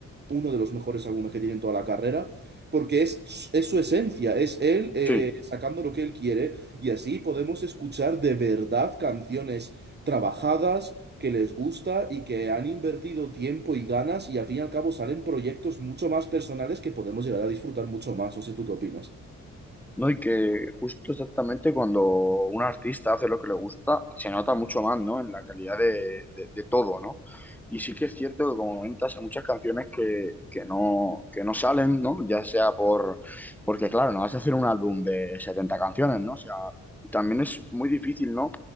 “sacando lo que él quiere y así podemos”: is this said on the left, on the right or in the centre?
Right